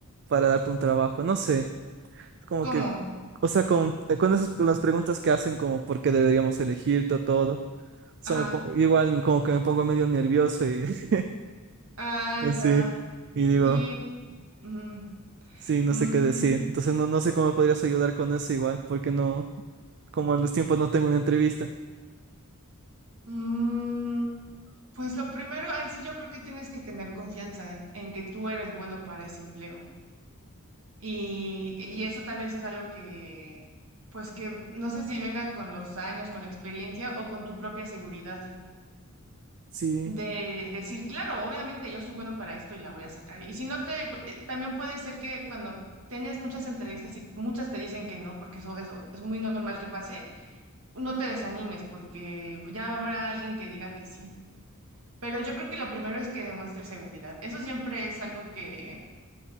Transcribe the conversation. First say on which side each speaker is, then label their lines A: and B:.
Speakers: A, on the right (about 50°); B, on the right (about 65°).
A: para darte un trabajo. No sé, es como
B: ¿Cómo?
A: que O sea, con, con esas con las preguntas que hacen como por qué deberíamos elegir todo, todo. O
B: Ajá.
A: sea, me pon- igual como que me pongo medio nervioso y <laughs>
B: Ah,
A: sí,
B: ya.
A: y digo,
B: Y... ujú.
A: sí, no
B: Mm,
A: sé qué decir. Entonces no, no sé cómo me podrías ayudar con eso igual, porque no, como en los tiempos no tengo una entrevista.
B: mm, pues lo primero, ahí sí yo creo que tienes que tener confianza en, en que tú eres bueno para ese empleo. Y, y eso tal vez es algo que, pues que no sé si venga con los años, con la experiencia o con tu propia seguridad.
A: Sí,
B: de decir, claro, obviamente yo soy bueno para esto y la voy a sacar. Y si no te, eh, también puede ser que cuando tengas muchas entrevistas y muchas te dicen que no, porque eso, eso es muy normal que pase, no te desanimes porque ya habrá alguien que diga que sí. Pero yo creo que lo primero es que demuestres seguridad. Eso siempre es algo que,